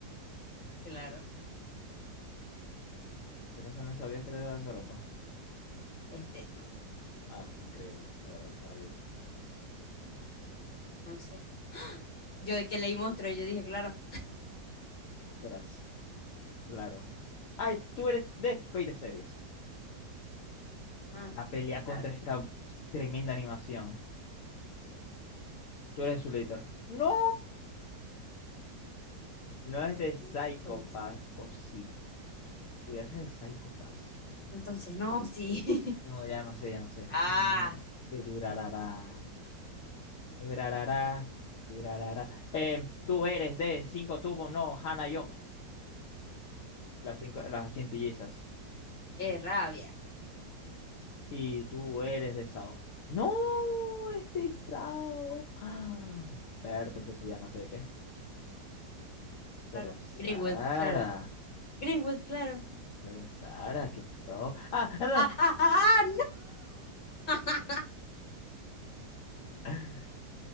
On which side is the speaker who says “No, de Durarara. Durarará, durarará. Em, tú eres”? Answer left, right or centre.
Left